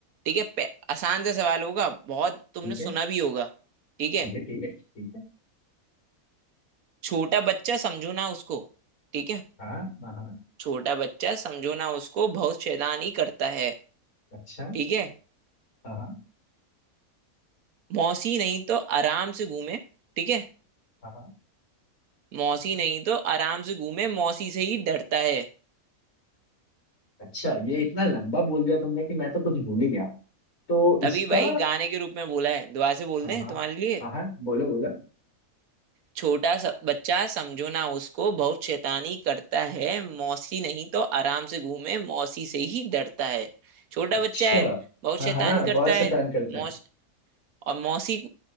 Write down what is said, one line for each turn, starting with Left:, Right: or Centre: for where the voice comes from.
Right: ठीक है पे- आसान सा सवाल होगा बहुत तुमने
Left: ठीक
Right: सुना
Left: है
Right: भी होगा ठीक है
Left: ठीक है ठीक है ठीक है
Right: छोटा बच्चा समझो ना उसको ठीक है
Left: हाँ हाँ हाँ
Right: छोटा बच्चा समझो ना उसको बहुत शैतानी करता है
Left: अच्छा
Right: ठीक है
Left: हाँ हाँ
Right: मौसी नहीं तो आराम से घूमे ठीक है
Left: हाँ हाँ।
Right: मौसी नहीं तो आराम से घूमे मौसी से ही डरता है
Left: अच्छा ये इतना लंबा बोल दिया तुमने कि मैं तो कुछ भूल ही गया तो
Right: तभी
Left: इसका
Right: भाई गाने के रूप में बोला है दुआ से बोल
Left: हाँ
Right: दे
Left: हाँ
Right: तुम्हारे लिए
Left: हाँ हाँ बोलो बोलो
Right: छोटा सा बच्चा समझो ना उसको बहुत शैतानी करता है मौसी नहीं तो आराम से घूमे मौसी से ही डरता है छोटा
Left: अच्छा
Right: बच्चा है बहुत
Left: हाँ
Right: शैतान
Left: हाँ
Right: करता
Left: बहुत
Right: है
Left: शैतान करता है
Right: मौस और मौसी